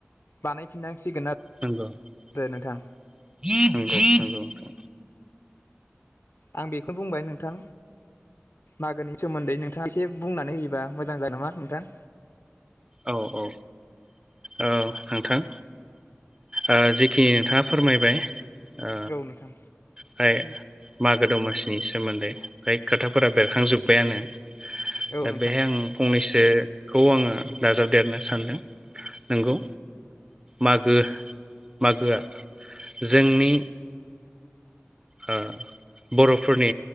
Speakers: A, on the left; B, on the right.
A: बानायफिननांसिगोन आरो।
B: नंगौ नंगौ
A: नोंथां
B: नंगौ नोंथां।
A: आं बेखौनो बुंबाय नोंथां। मागोनि सोमोन्दै नोंथाङा एसे बुंनानै होयोबा मोजां जागोन नामा नोंथां।
B: औ औ ओ नोंथां ओ जिखिनि नोंथाङा फोरमायबाय ओ
A: औ नोंथां
B: बे मागो दमसिनि सोमोन्दै फ्राय खोथाफोरा बेरखांजोब्बायानो।
A: औ
B: दा
A: नोंथां
B: बेहाय आं फंनैसोखौ आङो दाजाबदेरनो सानदों। नंगौ मागो मागोआ जोंनि ओ बर'फोरनि